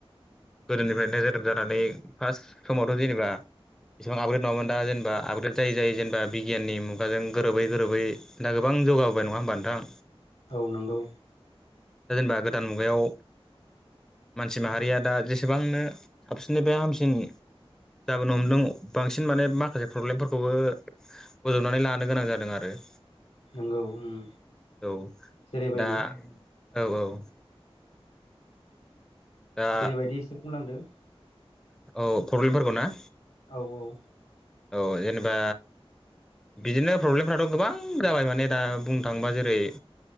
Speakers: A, in the centre; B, on the left (about 80°).
A: गोदोनिफ्राय जोनोम जानानै फार्स्ट समावथ जेनेबा बेसेबां आपग्रेड नंङामोन दा जेनेबा आपग्रेड जायै जायै जेनेबा बिगियाननि मुगाजों गोरोबै गोरोबै दा गोबां आं जौगाबोबाय नंङा होमबा नोंथां?
B: औ नोंगौ
A: दा जेनेबा गोदान मुगायाव मानसि माहारिया दा जेसेबांनो साबसिननिफ्राय हामसिन जाबोनो हमदों बांसिन माने माखासे प्रब्लेमफोरखौबो बजबनानै लानो गोनां जादों आरो <inaudible>
B: नंगौ उम
A: औ
B: जेरैबायदि
A: दा औ औ दा
B: जेरैबायदि एसे बुंलांदो
A: औ प्रब्लेमफोरखौ ना?
B: औ औ
A: औ जेनेबा बिदिनो प्रब्लेमफ्राथ गोबां जाबाय माने दा बुंनो थांङोबा जेरै